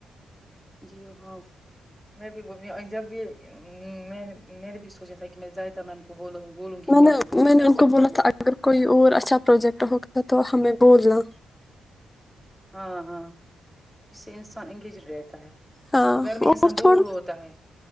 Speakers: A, in the centre; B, on the left (about 20°).
A: جی ہاں میں بھی جب بھی میں نے بھی سوچا تھا کہ میں ائدہ میم کو بولوں بولوں گی
B: میں
A: کہ
B: نے
A: آپ ہمیں بھی
B: میں نے
A: ایسا
B: ان کو
A: کچھ
B: بولا
A: بول
B: تھا اگر کوئی اور اچھا پروجیکٹ ہوگا تو ہمیں بولنا
A: ہاں ہاں اس سے انسان انگیج رہتا ہے
B: ہاں
A: گھر میں
B: اور
A: انسان بور
B: تھوڑا
A: ہوتا ہے